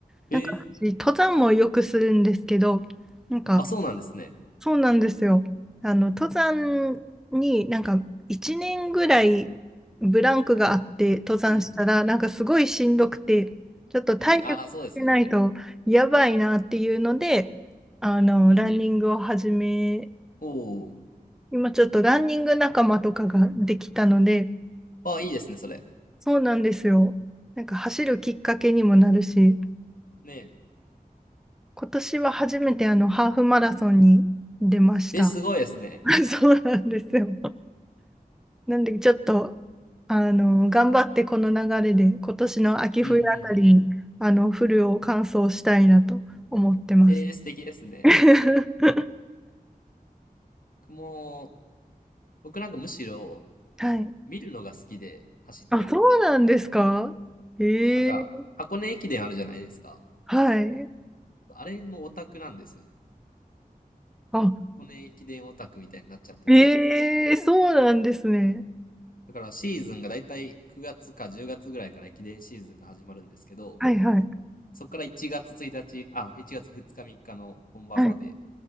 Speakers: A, on the left; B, in the centre.
A: へえ。
B: なんか、私登山もよくするんですけど、なんか、
A: あ、そうなんですね。
B: そうなんですよ。あの、登山に、なんか、1年ぐらいブランクがあって、登山したら、
A: うん。
B: なんか、すごいしんどくて、ちょっと体力つけないと、
A: うん。ああ、そうですよね。
B: やばいなっていうので、あの、
A: うん。
B: ランニングを始め、
A: おお。
B: 今、ちょっとランニング仲間とかができたので、
A: ああ、いいですね、それ。
B: そうなんですよ。なんか走るきっかけにもなるし、
A: ね
B: 今年は初めてあのハーフマラソンに出ました。
A: え。え、すごいですね。
B: <laughs> そうなんですよ。なんでちょっと、あの、頑張ってこの流れで今年の秋冬あたりに、
A: うんうんうん。
B: あの、フルを完走したいなと思ってます。
A: ええ素敵ですね。
B: <laughs>
A: 僕も、僕なんかむしろ
B: はい。
A: 見るのが好きで走ってるの。
B: あ、そうなんですかええ
A: なんか、箱根駅伝あるじゃないですか。
B: はい。
A: あれのオタクなんですよね。
B: あ、
A: 箱根駅伝オタクみたいになっちゃってて。
B: ええそうなんですね。
A: だからシーズンがだいたい9月か10月ぐらいから駅伝シーズンが始まるんですけど、
B: はいはい。
A: そこから1月1日、あ、1月2日3日の本番まで、
B: はい。